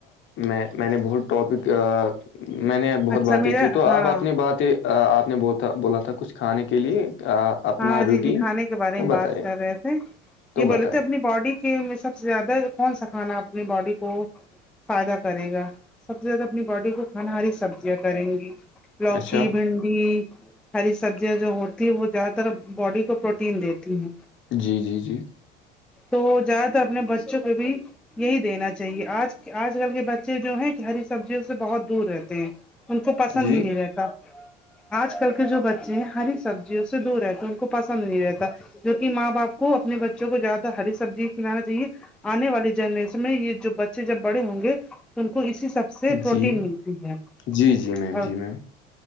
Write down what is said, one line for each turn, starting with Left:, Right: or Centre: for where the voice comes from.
Left: میں میں نے بہت ٹاپک میں نے بہت
Centre: اچھا
Left: باتیں
Centre: میرا
Left: کی تو آپ
Centre: ہاں
Left: اپنی باتیں آپ نے بولا تھا کچھ کھانے کے لیے اپنا
Centre: ہاں
Left: روٹین
Centre: جی جی کھانے کے بارے
Left: تو
Centre: میں بات
Left: بتائے
Centre: کر رہے تھے
Left: تو
Centre: یہ بولے
Left: بتائے
Centre: تھے اپنی باڈی کے سب سے زیادہ کون سا کھانا اپنی باڈی کو فائدہ کرے گا سب سے زیادہ اپنی باڈی کو کھانا ہاری سبزیاں کریں گی لوکی
Left: اچھا
Centre: بھنڈی ہری سبزیاں جو ہوتی ہے وہ طرف باڈی کو پروٹین دیتی ہیں
Left: جی جی جی
Centre: تو جایا تھا اپنے بچوں کے بھی یہی دینا چاہیے آج آج کل کے بچے جو ہیں ہری سبزیوں سے بہت دور رہتے ہیں ان کو پسند
Left: جی
Centre: ہی نہیں رہتا آج کل کے جو بچے ہیں ہری سبزی دور رہتا ان کو پسند نہیں رہتا جو کہ ماں باپ کو اپنے بچوں کو زیادہ ہری سبزی انا چاہیے آنے والی جنریشن میں یہ جو بچے جب بڑے ہوں گے ان کو اسی سب سے پروٹین
Left: جی
Centre: ملتی ہے
Left: جی جی میم
Centre: اور
Left: جی میم